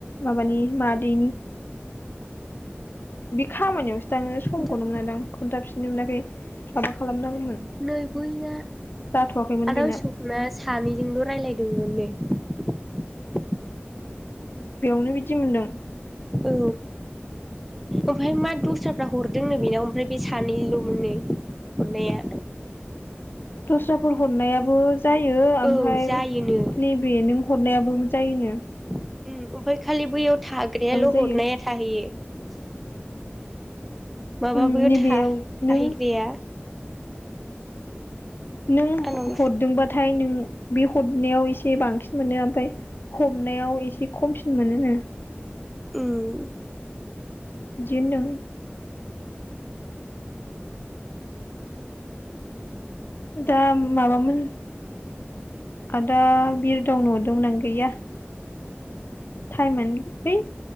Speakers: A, on the left (about 60°); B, in the centre.
A: माबानि मा दैनि बे खामानियावसो थाङो
B: नोंथां
A: समखौनो मोनादां खोन्थाफिननो मोनाखै माबा खालामनांगौमोन
B: नै बैना
A: जाथ'वाखैमोन
B: आदा
A: बेना।
B: अशकना सानैजोंल' <unintelligible>
A: ओम बेयावनो बिदि मोनदों?
B: औ ओमफ्राय मा दस्राफ्रा हरदोंनो बेनाव ओमफ्राय बे सानैल'मोननो हरनाया।
A: दस्राफोर हरनायाबो जायो ओमफ्राय
B: औ जायोनो
A: नैबे नों हरनायाबो मो जायो नो
B: उम्म ओमफाइ खालि बैयाव थाग्रायाल'
A: जायो
B: हरनाया थाहैयो। <unintelligible> माबा
A: उम
B: बैयाव
A: नैबेयाव
B: था
A: नों
B: थाहैग्राया
A: नों
B: आंनाव
A: हरदोंबाथाय नों बे हरनायाव एसे बांसिन मोनो ओमफाय हमनायाव एसे खमसिन मोनो नो।
B: उम्म
A: बिदि होनदों। दा माबामोन आदा बिरदाव न'आव दंना गैया? थाइमोन है